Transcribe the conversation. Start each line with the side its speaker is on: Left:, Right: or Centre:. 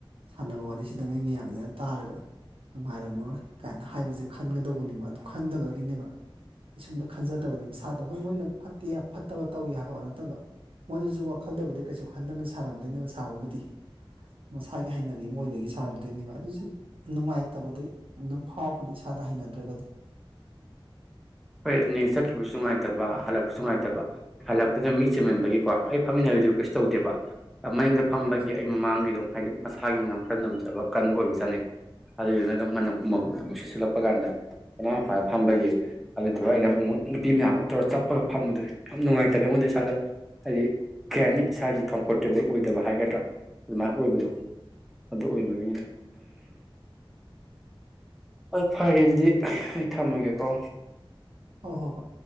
Right: ꯁꯥꯟꯅꯕ ꯋꯥꯔꯤꯁꯤꯗ ꯃꯤ ꯃꯌꯥꯝꯁꯤꯅ ꯇꯥꯔꯒ ꯅꯨꯡꯉꯥꯏꯔꯝꯃꯔꯣꯏ ꯀꯥꯏꯅ ꯍꯥꯏꯕꯁꯦ ꯈꯟꯒꯗꯧꯕꯅꯦꯕ ꯑꯗꯨ ꯈꯟꯗꯕꯒꯤꯅꯦꯕ ꯀꯩꯁꯨꯝꯗ ꯈꯟꯖꯗꯕꯗ ꯃꯁꯥꯗꯣ ꯍꯣꯏ ꯃꯣꯏꯅ ꯐꯠꯇꯦ ꯐꯠꯇꯕ ꯇꯧꯋꯤ ꯍꯥꯏꯕ ꯋꯥ ꯅꯠꯇꯕ ꯃꯣꯏꯗꯨꯁꯨ ꯋꯥꯈꯜꯗꯕꯨꯗꯤ ꯀꯩꯁꯨ ꯈꯟꯗꯅ ꯁꯥꯔꯝꯗꯣꯏꯅꯦꯕ ꯁꯥꯕꯕꯨꯗꯤ ꯃꯁꯥꯒꯤ ꯍꯩꯅꯕꯤ ꯑꯃ ꯑꯣꯏꯕꯒꯤ ꯁꯥꯔꯝꯗꯣꯏꯅꯦꯕ ꯑꯗꯨꯏꯁꯨ ꯅꯨꯡꯉꯥꯏꯇꯕꯗꯨ ꯑꯗꯨꯝ ꯐꯥꯎꯕꯅꯤ ꯏꯁꯥ ꯑꯗ ꯍꯩꯅꯗ꯭ꯔꯒꯗꯤ
Centre: ꯍꯣꯏ ꯑꯗꯨꯅꯦ ꯆꯠꯈꯤꯕꯁꯨ ꯅꯨꯡꯉꯥꯏꯇꯕ ꯍꯜꯂꯛꯄꯁꯨ ꯅꯨꯡꯉꯥꯏꯇꯕ ꯑꯗꯨꯅ ꯃꯤ ꯆꯤꯟꯃꯟꯕꯒꯤꯀꯣ ꯑꯩ ꯐꯝꯃꯤꯟꯅꯕꯗꯤ ꯀ‌ꯦꯁꯨ ꯇꯧꯗꯦꯕ ꯃꯅꯤꯡꯗ
Right: ꯎꯝ
Centre: ꯐꯝꯕꯒꯤ ꯑꯩ ꯃꯃꯥꯡꯒꯤꯗꯣ ꯍꯥꯏꯗꯤ ꯃꯁꯥꯒꯤ ꯃꯔꯅꯝ ꯈꯔ ꯅꯝꯖꯕ ꯀꯟꯕ ꯑꯣꯏꯕꯖꯥꯠꯅꯤ ꯑꯗꯨꯗꯨꯅ ꯑꯗꯨꯝ ꯍꯨꯃꯛ ꯃꯅꯝ ꯅꯨꯡꯁꯤꯠ ꯁꯤꯜꯂꯛꯄ ꯀꯥꯟꯗ ꯊꫭꯅꯥꯎ ꯃꯄꯥ ꯐꯝꯕꯒꯤ ꯑꯗꯨꯗꯨꯒ ꯑꯩꯅ ꯑꯃꯛ ꯅꯨꯄꯤ ꯃꯌꯥꯝ ꯑꯃ ꯇꯧꯔꯒ ꯆꯠꯄꯒ ꯐꯝꯕꯗꯨꯅꯤ ꯌꯥꯝ ꯅꯨꯡꯉꯥꯏꯇꯕ ꯑꯩꯉꯣꯟꯗ ꯏꯁꯥꯗ ꯍꯥꯏꯗꯤ ꯀꯩ ꯍꯥꯏꯅꯤ ꯏꯁꯥꯒꯤ ꯀꯝꯐꯣꯔꯇꯦꯕꯜ ꯑꯣꯏꯗꯕ ꯍꯥꯏꯒꯗ꯭ꯔꯥ ꯑꯗꯨꯃꯥꯏꯅ ꯑꯣꯏꯕꯗꯣ ꯑꯗꯨ ꯑꯣꯏꯕꯒꯤꯅꯤꯅ ꯍꯣꯏ ꯐꯔꯦ ꯑꯗꯨꯗꯤ ꯑꯩ ꯊꯝꯃꯒꯦꯀꯣ
Right: ꯍꫭ ꯍꯣꯏ ꯍꯣꯏ